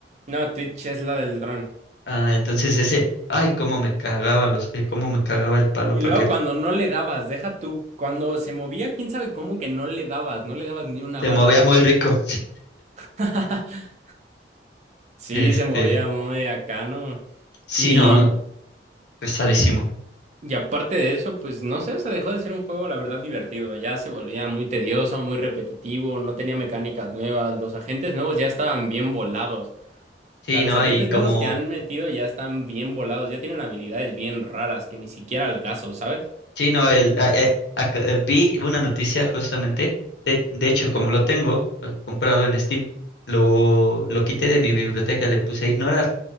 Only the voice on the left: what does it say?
Ah, entonces ese, ay, cómo me cagaba los, eh, cómo me cagaba el palo
porque
el-
se
movía muy rico.
Este,
sí,
no, pesadísimo.
Sí,
no,
y como,
sí, no, el, a- eh, ac- eh, vi una noticia justamente, de, de hecho, como lo tengo eh, comprado en Steam, lo, lo quité de mi biblioteca, le puse a ignorar